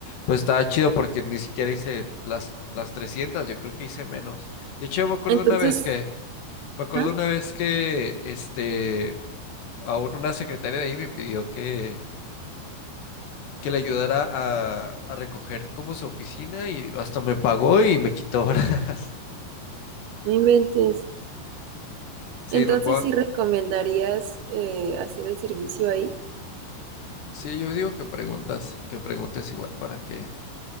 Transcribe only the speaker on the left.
pues estaba chido porque ni siquiera hice las, las trescientas yo creo que hice menos. De hecho, me acuerdo
una vez que, me acuerdo
una vez que, este, a un- una secretaria de ahí me pidió que que le ayudara a, a recoger como su oficina y hasta me pagó y me quitó ahora. <laughs>
Sí,
me acuerdo.
Sí, yo digo que preguntas, que preguntes igual para que,